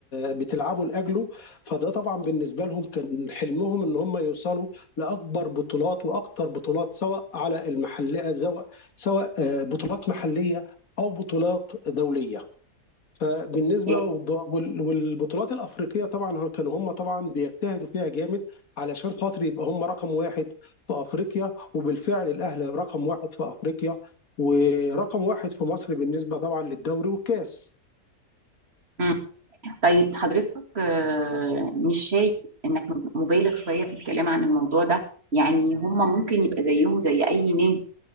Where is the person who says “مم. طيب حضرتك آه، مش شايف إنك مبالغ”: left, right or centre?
Right